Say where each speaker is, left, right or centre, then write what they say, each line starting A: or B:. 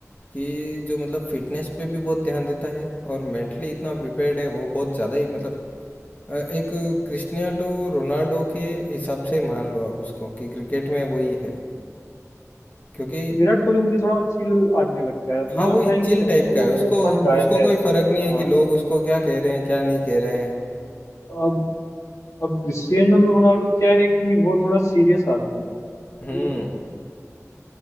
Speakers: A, on the left; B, on the left.
A: कि जो मतलब फिटनेस पे भी बहुत ध्यान देता है और मेंटली इतना प्रिपेयर्ड है वो बहुत ज़्यादा ही मतलब अ, एक क्रिस्टियानो रोनाल्डो के हिसाब से मान लो आप उसको कि क्रिकेट में वही है क्योंकि
B: विराट कोहली मुझे थोड़ा चिल आदमी लगता है मुझे
A: हाँ वही
B: लगता है कि
A: चिल
B: नहीं
A: टाइप
B: वो
A: का है उसको
B: वो फन गाय
A: उसको
B: है
A: कोई फर्क नहीं
B: हाँ
A: है कि लोग उसको क्या कह रहे हैं क्या नहीं कह रहे हैं
B: अब अब क्रिस्टियानो रोनाल्डो क्या है कि वो थोड़ा सीरियस आदमी
A: हम्म
B: है